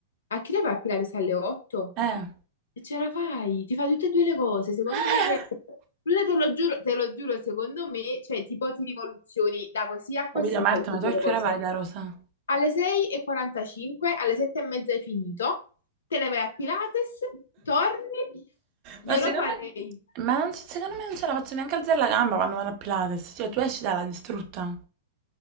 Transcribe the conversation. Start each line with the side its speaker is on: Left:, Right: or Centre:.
Left: A che ora va a Pilates alle 8?
Right: Eh.
Left: E ce la fai, ti fai tutte e due le cose. Secondo
Right: <laughs>
Left: me, cioè, Luna, te lo giuro, te lo giuro, secondo me, cioè, tipo ti rivoluzioni da così a
Right: Capito,
Left: così se
Right: Marta,
Left: fai tutte
Right: ma
Left: e
Right: tu
Left: due
Right: a
Left: le
Right: che
Left: cose.
Right: ora vai da Rosa?
Left: Alle 6.45, alle 7.30 hai finito, te ne vai a Pilates, torni, io
Right: Ma secondo
Left: lo farei.
Right: me, ma non, secondo me non ce la faccio neanche alzare la gamba quando vado a Pilates. Cioè, tu esci dalla distrutta.